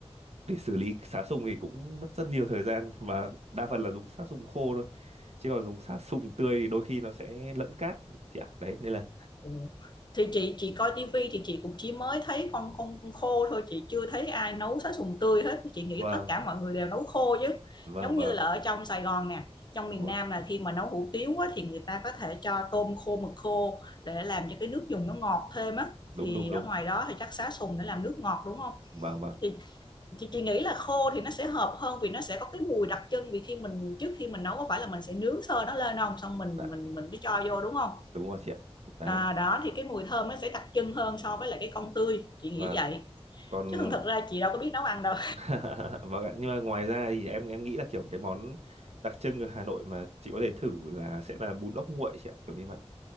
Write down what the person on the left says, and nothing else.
Ồ. Thì chị chị coi tivi thì chị cũng chỉ mới thấy con con con khô thôi chị chưa thấy ai nấu sá sùng tươi hết chị nghĩ
tất cả mọi người đều nấu khô chứ
giống
như là ở trong Sài Gòn nè trong miền
Nam là khi mà nấu hủ tiếu á, thì người ta có thể cho tôm khô mực khô để làm cho cái nước dùng nó ngọt thêm á
thì
ở ngoài đó thì chắc sá sùng để làm nước ngọt đúng không
thì chị, chị nghĩ là khô thì nó sẽ hợp hơn vì nó sẽ có cái mùi đặc trưng vì khi mình trước khi mình nấu có phải là mình sẽ nướng sơ nó lên không xong mình
mình mình mới cho vô đúng không
À, đó thì cái mùi thơm nó sẽ đặc trưng hơn so với lại cái con tươi chị nghĩ
vậy
chứ thường thực ra chị đâu có biết nấu ăn đâu